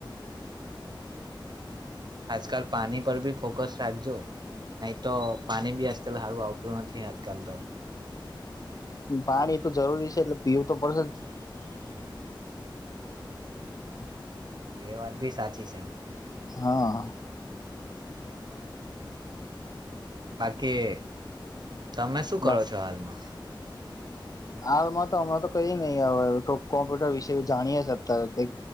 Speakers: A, on the right (about 55°); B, on the left (about 45°).
A: આજકાલ પાણી પર બી ફોકસ રાખજો નહી, તો પાણી બી આજકાલ સારું આવતું નથી. આજકાલ તો
B: પાણી તો જરૂરી છે. એટલે પીવું તો પડશે જ.
A: એ વાત બી સાચી છે.
B: હા,
A: બાકી. તમે શું કરો
B: બસ
A: છો હાલમાં
B: હાલમાં તો હમણાં તો કઈ નહી હવ થોડુ કોમ્પ્યુટર વિશે જાણીએ આત્યાર તા